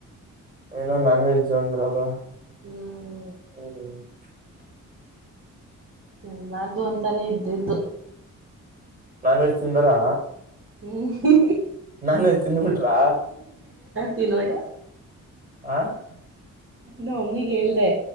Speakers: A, on the right; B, on the right.
A: ಏನೊ ನಾನ್ ವೆಜ್ಜು ಅಂದ್ರಲ್ವ
B: ಹ್ಮ್
A: ಹ್ಮ
B: ತಿನ್ಬಾರ್ದು ಅಂತಾನೇ ಇದ್ದಿದ್ದು
A: ನಾನ್ ವೆಜ್ ತಿಂದಿರಾ.
B: ಹ್ಮ್
A: ನಾನ್ ವೆಜ್ ತಿನ್ಬಿಟ್ರಾ,
B: ತಿನ್ವಡ
A: ಆಹ್
B: ನಮಮ್ಮಿಗ್ ಹೇಳ್ದೆ